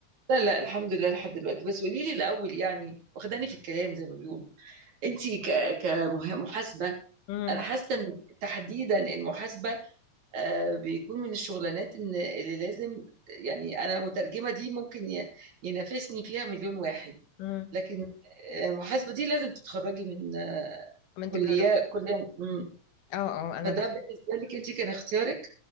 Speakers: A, on the right; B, on the left.
A: لا لا الحمد لله لحد دلوقتي بس قولي لي الاول يعني واخداني في الكلام زي ما بيقولوا انت ك- كمحاسبه
B: امم
A: انا حاسه ان تحديدا المحاسبه آه، بيكون من الشغلانات إن- اللي لازم يعني انا مترجمه دي ممكن ي- ينافسني فيها مليون واحد
B: امم
A: لكن آه، محاسبه دي لازم تتخرجي من آه،
B: من
A: كليه
B: تجارة
A: كليه مم.
B: اه اه انا
A: فده بالنسبه لك انت كان اختيارك